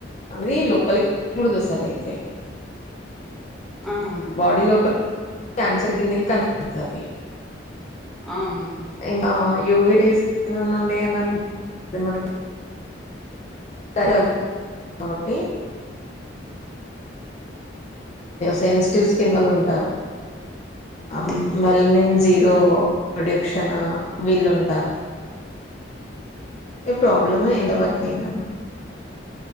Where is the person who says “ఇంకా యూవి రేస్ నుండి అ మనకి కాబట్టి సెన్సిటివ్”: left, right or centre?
Left